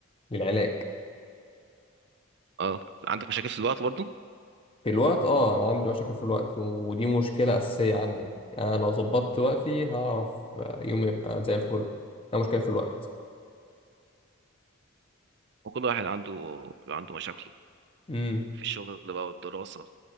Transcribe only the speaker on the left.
للعلاج
في الوقت اه انا عندي مشاكل في الوقت ودي مشكلة اساسية عندي يعني لو ظبطت وقتي هعرف آه، يومي يبقى زي الفل ده مشكلة في الوقت
مم.